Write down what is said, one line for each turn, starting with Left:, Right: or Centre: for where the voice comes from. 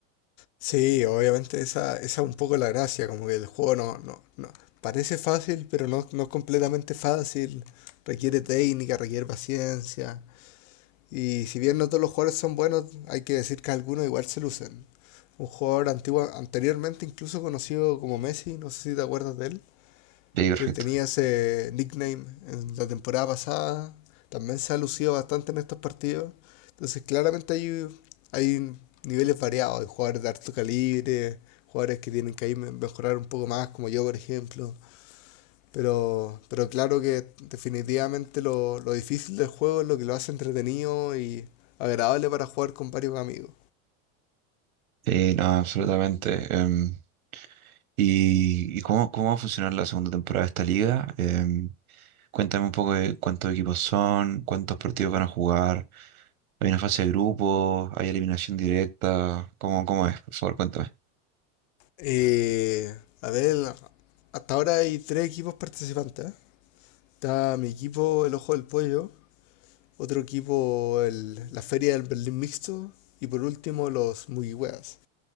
Left: Sí, obviamente esa, esa es un poco la gracia, como que el juego no, no, no- parece fácil, pero no, no es completamente fácil, requiere técnica, requiere paciencia, y si bien no todos los jugadores son buenos, hay que decir que algunos igual se lucen. Un jugador antiguo, anteriormente incluso conocido como Messi, no sé si te acuerdas de él.
Right: Sí, perfecto.
Left: que tenía ese nickname en la temporada pasada, también se ha lucido bastante en estos partidos. Entonces, claramente hay, hay niveles variados, hay jugadores de alto calibre, jugadores que tienen que ahí mejorar un poco más, como yo, por ejemplo. Pero, pero claro que definitivamente lo, lo difícil del juego es lo que lo hace entretenido y agradable para jugar con varios amigos.
Right: Sí, no, absolutamente. Em, ¿y, y cómo, cómo va a funcionar la segunda temporada de esta liga? Em, cuéntame un poco de cuántos equipos son, cuántos partidos van a jugar. ¿Hay una fase de grupos? ¿Hay eliminación directa? ¿Cómo, cómo es? Por favor, cuéntame.
Left: Eh, a ver, hasta ahora hay tres equipos participantes. Está mi equipo, el Ojo del Pollo, Otro equipo, el- la Feria del Berlín Mixto. Y por último, los Mugiweas.